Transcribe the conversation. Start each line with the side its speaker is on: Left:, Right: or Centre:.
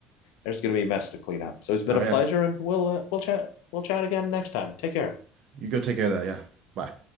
Left: there's going to be a mess to clean up. So it's been
Right: oh
Left: a pleasure,
Right: yeah.
Left: and we'll uh, we'll chat we'll chat again next time. Take care.
Right: You go take care of that. Yeah. Bye.